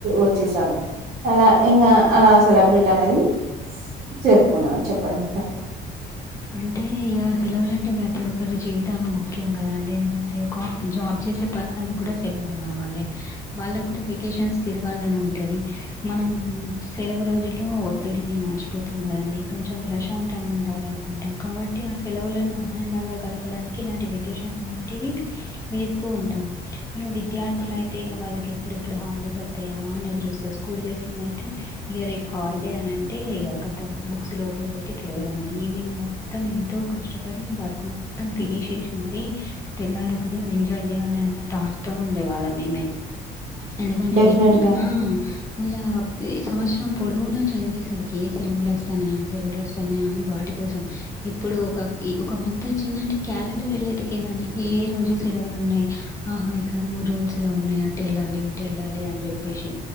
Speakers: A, on the right; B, on the left.
A: వచ్చేసాను అలా ఇంకా, అలా సెలబ్రిటీ అనేది జప్పుకున్నాను చెప్పండి
B: అంటే ఇక సెలవులు అంటే ప్రతి ఒక్కరి జీవితంలో ముఖ్యం కదాండి ఎందుకంటే ఒక జాబ్. సలవు పర్సన్ కావాలి వాళ్ళ కూడా వెకేషన్స్ తిరాలని ఉంటంది మనం. సెలవు రోజుల్లో ఒత్తిడిని మర్చిపోతాం కదండి కొంచెం ప్రశాంతంగా ఉండాలి అనుకుంట ఉంటాం కాబట్టి ఆ సెలవులను ఆనందంగా కలపడానికి ఇలాంటి వెకేషన్స్ అనేటివి వేస్త. ఉంటాం ఇక విద్యార్థులు అయితే ఈగ వాళ్ళకి ఎప్పుడెప్పుడు హాలిడేస్ అతాయా అని ఎస్త స్కూల్ డేస్ అయితే ఇక రేపు హాలిడే అని అంటే ఈగ కతం బుక్స్ లోపల పెట్టి తిరగడమే ఈవినింగ్ మొత్తం ఎంతో కష్టపడి వర్క్ మొత్తం ఫినిష్ చేసి మరి తెల్లారిగా ఎంజాయ్ చే చేయాలి అన్న తాట్ త ఉండేవాళ్ళ మేమైతే ఎందుకంటే
A: డెఫినెట్
B: <inaudible>
A: గా
B: ఆ మళ్ళ ఈ సవస్తారంపొడుగునా చదివేసరికి ఏ సెలవులు వస్తాన్నాయా సెలవులు వస్తాన్నాయా అని వాటి కోసం ఎప్పుడూ ఒక ఒక మంత్ వచ్చిందంటే క్యాలెండర్ వెళ్ళేదికేదాన్ని ఏ రోజు సెలవులో న్నాయి ఆహా ఇక్కడ మూడు రోజుస్లా ఉన్నాయి అటు వెళ్ళాలి ఇటు వెళ్ళాలి అని చెప్పేసి